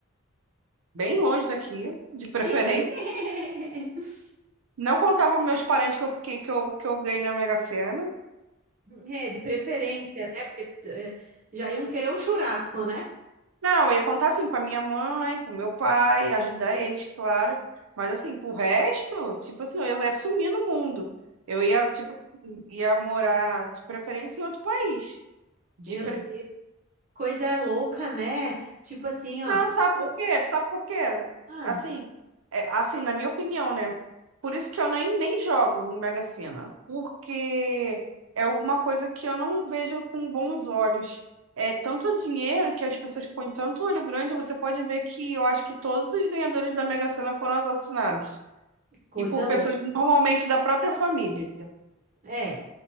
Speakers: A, on the right (about 85°); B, on the right (about 40°).
A: bem longe daqui, de preferência.
B: <laughs>
A: Não contava para meus parentes que eu fiquei, que eu, que eu ganhei na Mega Sena.
B: É, de preferência, né? Porque eh, já iam querer um churrasco, né?
A: Não, eu ia contar assim pra minha mãe, pro meu pai, ajudar eles, claro. Mas assim, pro resto, tipo assim, eu ia sumir no mundo. Eu ia, tipo, assim, ia morar de preferência em outro país. De
B: Meu Deus, coisa louca, né? Tipo assim, ó,
A: Não, sabe
B: eu,
A: por quê? Sabe por quê?
B: ah,
A: Assim, é, assim, na minha opinião, né? Por isso que eu nem, nem jogo no Mega Sena, porque é uma coisa que eu não vejo com bons olhos. É tanto dinheiro que as pessoas põem tanto olho grande, você pode ver que eu acho que todos os ganhadores da Mega Sena foram assassinados.
B: coisa
A: E por
B: louca.
A: pessoas normalmente da própria família.
B: É,